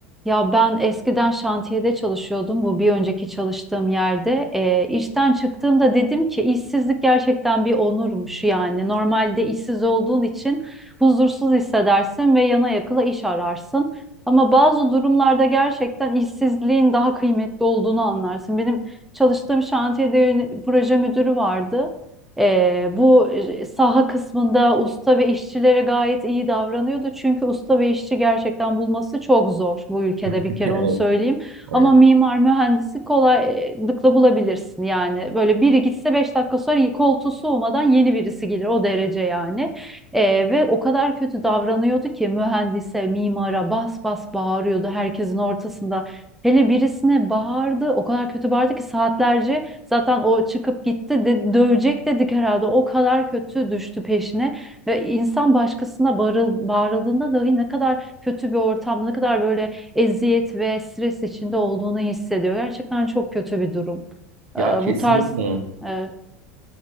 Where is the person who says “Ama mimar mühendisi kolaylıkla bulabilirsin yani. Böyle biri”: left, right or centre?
Centre